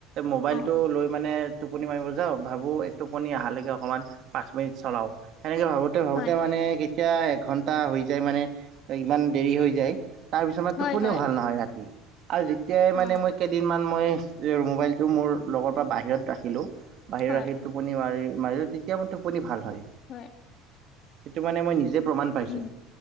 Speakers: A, on the right; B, on the left.
A: মোবাইলটো
B: অ
A: লৈ মানে টোপনি মাৰিব যাওঁ ভাবোঁ এই টোপনি অহালৈকে অকণমান পাঁচ মিনিট চলাওঁ সেনেকৈ ভাবোঁ। ভাবোতে ভাবোতে
B: হয়
A: মানে কেতিয়া এঘণ্টা হৈ যায় মানে ইমান দেৰি হৈ যায়। তাৰ পিছত মানে
B: হয়
A: টোপনিও
B: হয়
A: ভাল নহয় ৰাতি আৰু যেতিয়াই
B: অ
A: মানে মই কেইদিনমান মই মোবাইলটো মোৰ লগৰ পৰা বাহিৰত ৰাখিলোঁ, বাহিৰত
B: হয়
A: ৰাখি টোপনি মাৰি মাৰিলো তেতিয়া মানে টোপনি ভাল হয়।
B: হয়।
A: সেইটো মানে মই নিজে প্ৰমাণ পাইছো।
B: উম